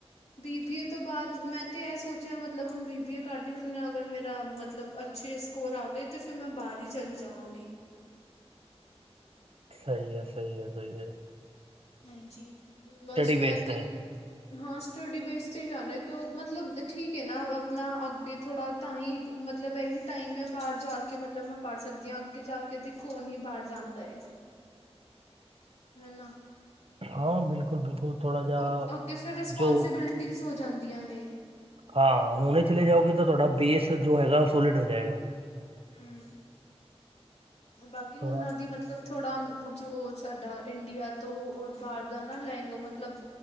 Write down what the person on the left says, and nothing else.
ਬੀਬੀਏ ਤੋਂ ਬਾਅਦ ਮੈਂ ਤੇ ਐ ਸੋਚਿਆ, ਮਤਲਬ ਹੁਣ ਬੀਬੀਏ ਕਰ ਲੀ। ਹੁਨ ਅਗਰ ਮੇਰਾ ਮਤਲਬ ਛੇ, ਸਕੋਰ ਆ ਗਏ ਤੇ ਫਿਰ ਮੈਂ ਬਾਹਰ ਹੀ ਚਲੀ ਜਾਵਾਂਗੀ।
ਹਾਂਜੀ, ਬਸ ਮੈਂ
ਤੇ।
ਹਾਂ, ਸਟੱਡੀ ਬੇਸ, ਤੇ ਈ ਜਾਣਾ ਕਿ, ਔ ਮਤਲਬ ਠੀਕ ਏ ਨਾ, ਆਪਣਾ ਅੱਗੇ ਥੋੜ੍ਹਾ। ਤਾਂ ਹੀ, ਮਤਲਬ ਇਹੀ ਟਾਈਮ ਮੈ ਬਾਹਰ ਜਾ ਕੇ। ਮਤਲਬ ਮੈਂ ਪੜ੍ਹ ਸਕਦੀ ਆਂ ਅੱਗੇ ਜਾ ਕੇ, ਤੇ ਕੌਣ ਹੀ ਬਾਰ ਜਾਂਦਾ?
ਹਨਾ।
ਓਕੇ, ਓਕੇ ਫਿਰ ਰਿਸਪੋਂਸੀਬਿਲਟੀਜ਼
ਹੋ ਜਾਂਦੀਆਂ ਨੇ।
ਹੁੰ। ਬਾਕੀ,
ਉਨਾਂ ਦੀ ਮਤਲਬ। ਥੋੜ੍ਹਾ, ਜੋ ਸਾਡਾ ਇੰਡੀਆ ਤੋਂ ਬਾਹਰ ਦਾ ਨਾ, ਲੈਂ ਉਹ ਮਤਲਬ